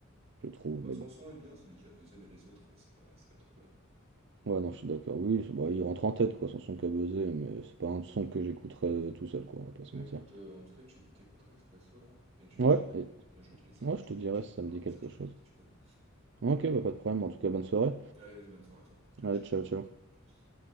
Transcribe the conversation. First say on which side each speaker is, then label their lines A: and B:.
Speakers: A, on the right; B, on the right.
A: je trouve,
B: Moi
A: mais
B: son
A: bon.
B: son est bien, celui qui a buzzé, mais les autres, euh, c'est pas, c'est pas trop dingue.
A: Ouais, non, je suis d'accord. Oui, c'est- bah, il rentre en tête, quoi, son son qu'a buzzé, mais c'est pas un son que j'écouterais euh, tout seul, quoi, on va pas se
B: Bah
A: mentir.
B: écoute, euh, en tout cas, tu t'écouteras Expresso là, et tu
A: Ouais,
B: me diras, bon,
A: et,
B: moi je vais te laisser,
A: ouais,
B: donc
A: je
B: tu,
A: te dirais
B: tu
A: si
B: me
A: ça
B: verras
A: me dit
B: un message
A: quelque
B: pour
A: chose.
B: me dire si tu connais.
A: Ok, bah, pas de problème. En tout cas, bonne soirée.
B: Allez, vas-y, bonne soirée à toi. Ciao,
A: Allez,
B: ciao,
A: ciao, ciao.
B: à plus.